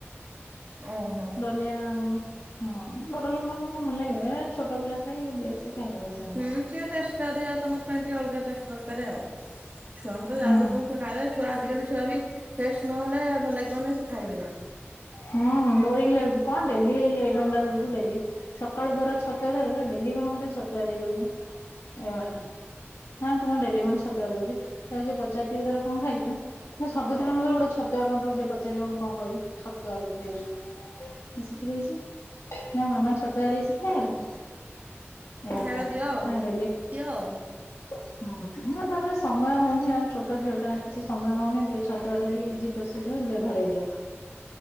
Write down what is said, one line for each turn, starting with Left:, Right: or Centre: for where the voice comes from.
Right: ଓହୋ
Left: ଡଲିଆ ହୁଁ ବଡ ଲୋକମାନଙ୍କୁ କଣ ଭଲ ଲାଗିବ? ଏ ଛୋଟ ପିଲା ପାଇଁ ଦିଏ ସେ ଇଏ ଖାଇ ରୁସମ୍
Right: ହୁଁ ସିଏ ଟେଷ୍ଟ କରିବ ଆଉ ତାଙ୍କ ପାଇଁ ଟିକେ ଅଲଗା ଟେଷ୍ଟ ଦରକାର ଆଉ। ଛୁଆଙ୍କୁ ତ ଯା
Left: ହୁଁ।
Right: ଦେଇଦବୁ ଛୁଆ ଖାଇବେ ଛୁଆ ଆଜିକାଲି ଛୁଆ ବି ଟେଷ୍ଟ ନହେଲେ ଭଲ ଲାଗିବନି ସେ ଖାଇବେନି।
Left: ହୁଁ ବୋରିଙ୍ଗ ଲାଗୁଚି କଣ ଡେଲି ଏଇ ଆଇଟମ୍ ଟା କରୁଚୁ ଡେଲି। ସକାଳୁ ଧର ଛତୁଆ ଦେଲେ ଡେଲି କଣ ମତେ ଛତୁଆ ଦେଇ ଦଉଛୁ ଏଇଭଳିଆ। ମା ତୁ କଣ ଡେଲି ମତେ ଛତୁଆ ଦଉଚୁ ତାକୁ ଯିଏ ପଚାର ଦିଏ ଧର କଣ ଖାଇଚୁ? ନା ସବୁଦିନେ ମୋତେ ଗୋଟେ ଛତୁଆ କଣ ଦଉଚୁ ଜିଏ ପଚାରିବ ମୁଁ କଣ କଇବି ଛତୁଆ ଗୋଟେ ଦଉଚୁ। ମୁଁ ଶିଖି ଦେଇଛି ନା ମାମା ଛତୁଆ ଦେଇଛି ଖାଇବାକୁ। ଏ ଭଳିଆ
Right: ଖାଇବା ଦିଅ ଆଉ
Left: କଣ ଡେଲି
Right: ଦିଅ ଆଉ
Left: <unintelligible> ହୁଁ ମୋ ପାଖରେ ସମୟ ହେଲେ ଆଉ ଛୋଟ ଝିଅ ଟା କିଛି ସମୟ ହଉନି ଦିଅ ଛତୁଆ ଟା ଟିକେ ଇଜି ପ୍ରୋସେସ ଦିଅ ଧରେଇ ଦିଅ।